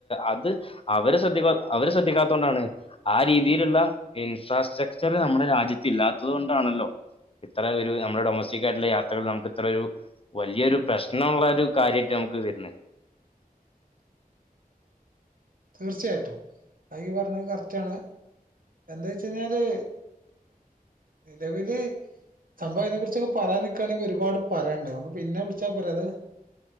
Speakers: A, on the left (about 40°); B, on the right (about 65°).
A: അത് അവര് ശ്രദ്ധിക്ക അവര് ശ്രദ്ധിക്കാത്തത് കൊണ്ടാണ് ആഹ് രീതിയിലുള്ള ഇൻഫ്രാസ്ട്രക്ചർ നമ്മുടെ രാജ്യത്ത് ഇല്ലാത്തത് കൊണ്ടാണല്ലോ ഇത്ര ഒരു നമ്മുടെ ഡൊമസ്റ്റിക് ആയിട്ടുള്ള യാത്രകൾ നമുക്ക് ഇത്ര ഒരു വല്ല്യരു പ്രശ്നള്ള ഒരു കാര്യയിട്ട് നമുക്ക് വരുന്നത്
B: തീർച്ചയായിട്ടും അയി പറഞ്ഞത് കറക്റ്റ് ആണ് എന്താ വെച്ച കഴിഞ്ഞാല് നിലവില് സംഭവ അയിനെ കുറിച്ചൊക്കെ പറയാൻ നിൽക്കാണെങ്ക ഒരുപാട് പറയാണ്ടാവും നമുക്ക് പിന്നെ വിളിച്ചാൽ പോരെ അത്